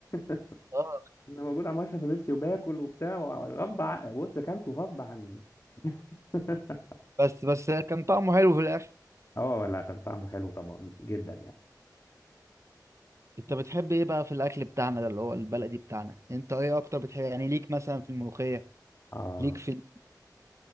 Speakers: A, on the left (about 40°); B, on the right (about 40°).
A: <laughs>
B: اه
A: انا موجود عمال اشرب في بيبسي وباكل وبتاع غصب ع... بص اكلته غصب عني <laughs>
B: بس بس كان طعمه حلو في الاخر
A: اه لا كان طعمه حلو طبعا جدا يعني
B: انت بتحب ايه بقى في الاكل بتاعنا ده اللي هو البلدي بتاعنا انت ايه اكتر بتحب يعني ليك مثلا في الملوخيه
A: اه
B: ليك في ال-